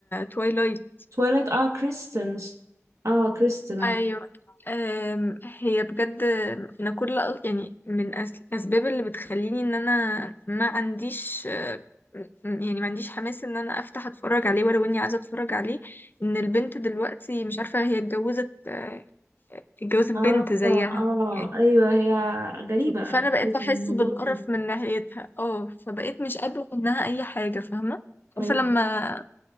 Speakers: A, on the left; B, on the right.
A: توايلايت
B: تويلايت اه كريستنس اه كريستن
A: ايوه أم، هي بجد انا كل يعني من أس- الاسباب اللي بتخليني ان انا ما عنديش أه، م- يعني ما عنديش حماس ان انا افتح اتفرج عليه ولو اني عايزه اتفرج عليه ان البنت دلوقتي مش عارفه هي اتجوزت أه، اتجوزت
B: اه
A: بنت زيها
B: اه
A: يعني
B: ايوه هي غريبة
A: ف- فانا بقيت بحس
B: مجنونة
A: بالقرف من ناحيتها اه فبقيت مش قابله منها اي حاجه فاهمه عارفه
B: ايوه
A: لما